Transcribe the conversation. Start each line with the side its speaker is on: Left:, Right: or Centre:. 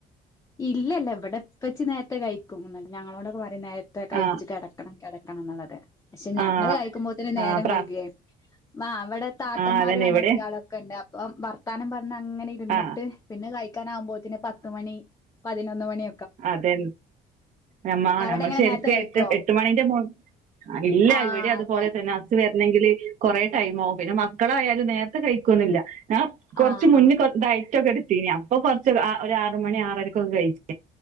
Left: ഇല്ലല്ല ഇവിടെ ഇപ്പച്ചി നേരത്തെ കയ്ക്കും ഞങ്ങളോടൊക്കെ പറിം നേരത്തെ കയ്ച്ചു
Right: ആ
Left: കെടക്കണം കിടക്കണം എന്നുള്ളത് പക്ഷെ ഞങ്ങള്
Right: ആ
Left: കഴിക്കുമ്പോത്തന്
Right: ആ
Left: നേരം
Right: പ്ര
Left: വൈകിയേ ആ അവിടെ താത്തമാരും
Right: ആ അതന്നെ
Left: അനത്തി
Right: ഇവിടെ
Left: ആളും ഒക്കെ ഉണ്ട് അപ്പൊ വർത്താനം പ അങ്ങനെ ഇരുന്നിട്ട്
Right: ആ
Left: പിന്നെ കഴിക്കാ നാകുമ്പോത്തിന് പത്ത് മണി പതിനൊന്ന് മണി.
Right: അതെ നമ്മ
Left: അവിടെ
Right: നമ്മൾ
Left: എങ്ങനെ
Right: ശെരിക്കു
Left: നേരത്തെ കഴിക്കുവോ
Right: എട്ട് എട്ട് മണിന്റെ മു ഇല്ല
Left: ആഹ്
Right: ഇവിടെ അതുപോലെ
Left: അതെ
Right: തന്നെ ഹസ്സ് <unintelligible> അങ്കില് കൊറേ ടൈംമാകും പിന്നെ മക്കളായാലും നേരത്തെ കഴിക്കൊന്നില്ല കുറച്ച്
Left: ആഹ്
Right: മുന്നേ ഡയറ്റൊക്കെ എടുത്തീനി അപ്പൊ കൊറച്ച് ഒര് ആറ് മണി ആറരക്കൊക്കെ കഴിച്ചു.